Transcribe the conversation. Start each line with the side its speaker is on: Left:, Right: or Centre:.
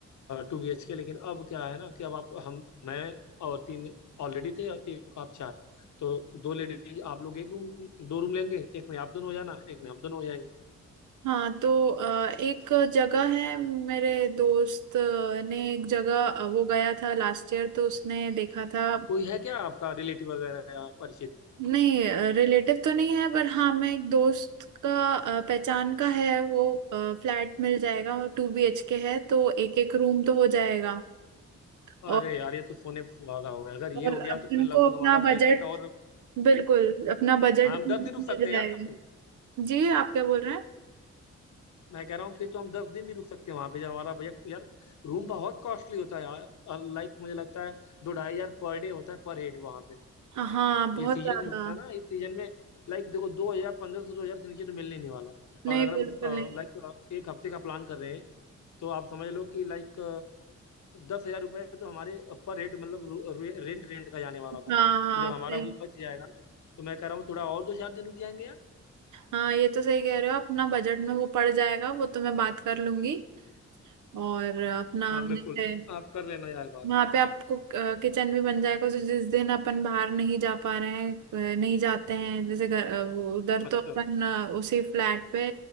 Left: two B H K लेकिन अब क्या है ना कि अब आप हम मैं और तीन ऑलरेडी थे और एक आप चार तो दो लेडीज आप लोग एक रूम दो रूम लेंगे एक में आप दोनों हो जाना एक में हम दोनों हो जाएंगे
Right: हाँ तो अ, एक जगह है मेरे दोस्त ने एक जगह अ, वो गया था लास्ट ईयर तो उसने देखा था
Left: कोई है क्या आपका रिलेटिव वगैरह या परिचित
Right: नहीं रिलेटिव तो नहीं है पर हाँ मैं एक दोस्त का अ, पहचान का है वो फ्लैट मिल जाएगा और टू बी एच के है तो एक एक रूम तो हो जाएगा
Left: अरे
Right: और
Left: यार ये तो सोने पे सुहागा हो गया अगर ये
Right: और
Left: हो गया
Right: अपन
Left: तो फिर लगभग
Right: को अपना
Left: हमारा
Right: बजट
Left: बजट और
Right: बिल्कुल अपना बजट
Left: हाँ, हम दस
Right: मिल
Left: दिन रुक सकते हैं
Right: जाएगा
Left: यार तब तो
Right: जी आप क्या बोल रहे हैं
Left: मैं कह रहा हूँ फिर तो हम दस दिन भी रुक सकते हैं वहां पे जब हमारा बजट यार रूम बहुत कॉस्टली होता है यार लाइक मुझे लगता है दो ढाई हजार पर डे होता है पर हेड वहां पे
Right: हाँ बहुत
Left: ये सीजन
Right: ज्यादा
Left: जो होता है ना इस सीजन में लाइक देखो दो हजार पंद्रह सौ दो हजार से नीचे तो मिलने ही नहीं वाला
Right: नहीं
Left: और अगर
Right: बिल्कुल
Left: हम
Right: नहीं
Left: लाइक एक हफ्ते का प्लान कर रहे हैं तो आप समझ लो कि लाइक दस हजार रुपये तो हमारे पर हेड मतलब रू- रे, रेंट रेंट का जाने वाला था
Right: हाँ हाँ
Left: तो जब
Right: आप
Left: हमारा
Right: सही
Left: वो बच जाएगा ना तो मैं कह रहा हूँ थोड़ा और दो चार दिन रुक जाएंगे यार
Right: हाँ ये तो सही कह रहे हो अपना बजट में वो पड़ जाएगा वो तो मैं बात कर लूंगी और अपना
Left: हाँ बिल्कुल
Right: जैसे
Left: आप कर लेना यार बात
Right: वहां पे आपको किचन भी बन जाएगा तो जिस दिन अपन बाहर नहीं जा पा रहे हैं अ, नहीं जाते हैं जैसे घर अ, वो उधर
Left: अच्छा
Right: तो अपन अ, उसी फ्लैट पे